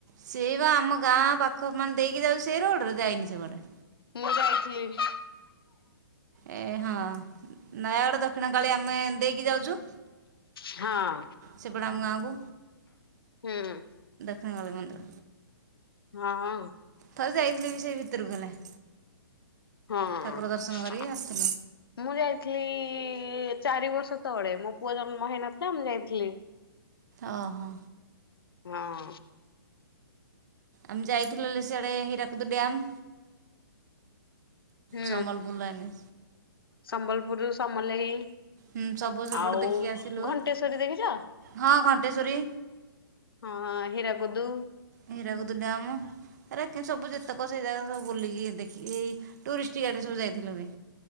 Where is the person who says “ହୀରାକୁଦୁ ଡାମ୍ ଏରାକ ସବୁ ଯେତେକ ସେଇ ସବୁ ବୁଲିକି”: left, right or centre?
Right